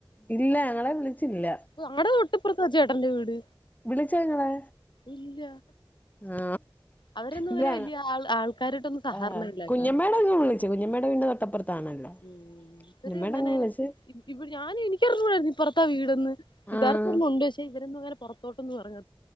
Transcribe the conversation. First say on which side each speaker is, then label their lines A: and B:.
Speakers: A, on the left; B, on the left.
A: ഇല്ല ഞങ്ങളെ വിള ില്ല
B: അഞമ്മടെ ഒട്ടിപ്പുറത്ത ചേട്ടന്റെ വീട്
A: വിളിച്ച നിങ്ങളെ
B: ഇല്ല
A: ആ
B: അവരൊന്നും
A: ഇല്ലങ്ങ
B: അങ്ങനെ വലിയ ആൾ ആൾക്കാരായിട്ടൊന്നും സഹകരണം
A: ആ
B: ഇല്ലാത്തവരാ
A: കുഞ്ഞമേട അങ്ങെ വിളിച്ചേ കുഞ്ഞമേട വീണ്ട തൊട്ടപ്പുറത്താണല്ലോ
B: ഉ
A: കുഞ്ഞമ്മേടെ
B: ഇരി അങ്ങനെ
A: അങ്ങ് വിളിച്ച്
B: ഇ ഞാൻ എനിക്കിറങ്ങമായി പുപ്പറത്തെ വീട്ന്ന് യഥാർത്ഥത്തിന്ന
A: ആഹ്
B: ഉണ്ട് പക്ഷേ ഇവരുംെ പുറത്തോട്ട് പറഞ്ഞ